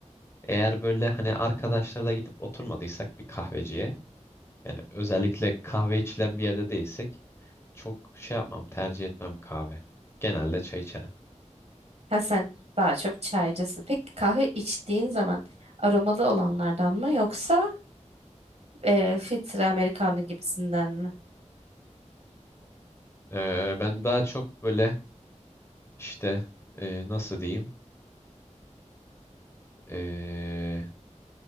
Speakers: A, on the left; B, on the right.
A: eğer böyle hani arkadaşlarla gidip oturmadıysak bir kahveciye. Yani özellikle kahve içilen bir yerde değilsek çok şey yapmam tercih etmem kahve. Genelde çay içerim.
B: Ha sen daha çok çaycısın. Peki kahve içtiğin zaman aromalı olanlardan mı yoksa e, filtre Amerikanlı gibisinden mi?
A: Ee, ben daha çok böyle işte e, nasıl diyeyim? Ee,